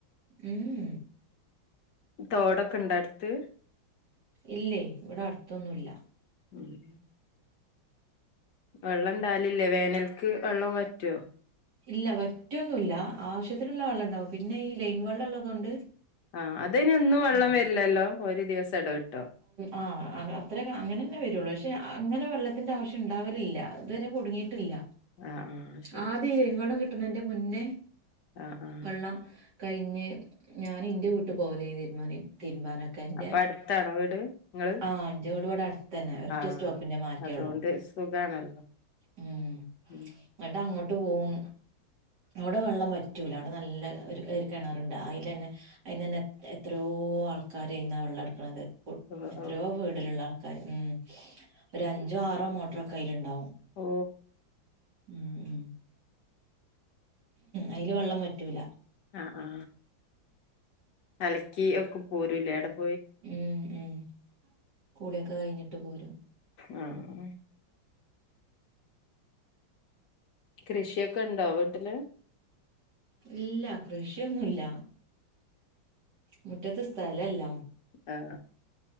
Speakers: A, on the right; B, on the left.
A: ഉം
B: തോടൊക്കെ ഇണ്ടായിടുത്ത്
A: ഇല്ലേ ഇവിടെ അടുത്തൊന്നും ഇല്ല
B: ഉം വെള്ളംണ്ടാലില്ലേ വേനൽക്ക് വെള്ളം വറ്റുവോ
A: ഇല്ല വറ്റൊന്നും ഇല്ല ആവശ്യത്തിനുള്ള വെള്ളം ഉണ്ടാവും പിന്നെ ഈ ലൈൻ വെള്ളം ഉള്ളതുകൊണ്ട്
B: ആ അതിന് എന്നും വെള്ളം
A: ഉം,
B: വരില്ലല്ലോ ഒരു ദിവസം എടവിട്ടോ
A: ആ അത്രക്ക അങ്ങനെന്നെ വരുള്ളൂ പക്ഷേ അങ്ങനെ വെള്ളത്തിൻ്റെ ആവശ്യം ഉണ്ടാവലില്ല ഇതുവരെ കുടുങ്ങിയിട്ടില്ല
B: ആഹ് ആഹ് ശരി
A: ആദ്യം ഈ ലൈൻ വെള്ളം കിട്ട ണന്റെ മുന്നേ
B: ആഹ് ആഹ്
A: വെള്ളം കഴിഞ്ഞ് ഞാന് എന്റെ വീട്ട് പോക ലെന്നാ തീരുമാനെ തീരു മാനൊക്കെ എന്റെ
B: അപ്പൊ അടുത്താണോ വീട് നിങ്ങള്
A: ആ എന്റെ വീട് ഇവിടെ അടുത്ത് തന്നെ ഒറ്റ
B: ആഹ്
A: സ്റ്റോപ്പിന്റെ മാറ്റേള്ളു
B: അതുകൊണ്ട് സുഖാണല്ലോ
A: ഉം
B: ഉം
A: എന്നിട്ട് അങ്ങോട്ട് പോകും അവിടെ വെള്ളം വറ്റൂല അവിടെ നല്ല ഒരു കെ കിണറുണ്ട് അതിലന്നെ അതിന്ന് തന്നെ എത്രയോ ആൾക്കാര് അതിന്നാ വെള്ളം എടുക്ക ണത്
B: ഓ
A: എത്രയോ
B: ഓ
A: വീടിലുള്ള ക്കാര് ഉം ഒരു അഞ്ചോ ആറോ മോട്ടറൊക്കെ അയിലുണ്ടാവും
B: ഓ
A: ഉം ഉം അയില് വെള്ളം വറ്റൂല
B: ആ ആ അലക്കി ഒക്കെ പോരൂല്ലേ അവി
A: ഉം ഉം കുളിയൊക്കെ കഴിഞ്ഞിട്ട് പോരും
B: ആ അ കൃഷിയൊക്കെ ഉണ്ടോ വീട്ടില്
A: ഇല്ല കൃഷിയൊന്നുംല്ല മുറ്റത്ത് സ്ഥലം ഇല്ല.
B: ആ